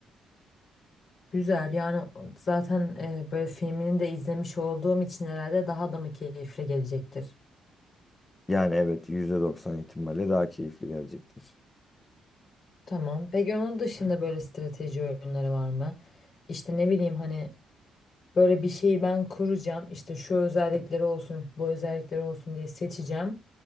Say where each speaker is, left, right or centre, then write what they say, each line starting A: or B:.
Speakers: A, on the left; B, on the left.
A: Güzel yani o- zaten e, böyle filmini de izlemiş olduğum için herhalde daha da mı keyifli gelecektir?
B: Yani evet %90 ihtimalle daha keyifli gelecektir.
A: Tamam. Peki onun dışında böyle strateji oyunları var mı? İşte ne bileyim hani Böyle bir şeyi ben kuracağım. İşte şu özellikleri olsun, bu özellikleri olsun diye seçeceğim.